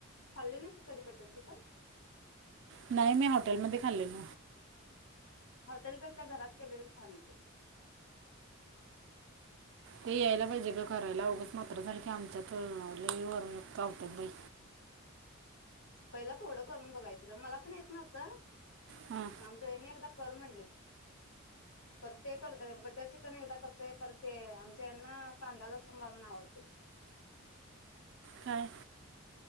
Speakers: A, on the left; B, on the right.
A: खाल्ली नाहीस तु कधी बटर चिकन
B: नाही मी होटेलमध्ये खालेल.
A: हॉटेलपेक्षा घरात केलेले छान होतय.
B: ते यायला पाहिजे गं करायला उगच मात्र झालं की आमच्यात लई वर का <unintelligible>
A: पहिला थोडं करून बघायचं ग मला पण येत नव्हतं.
B: हां
A: आमंच येनी एकदा कर म्हणलेत प्रत्येक कर बटर चिकन पण एकदा करतोय परत ते आमच्या यांना कांदालसूण घालून आवडते.
B: काय?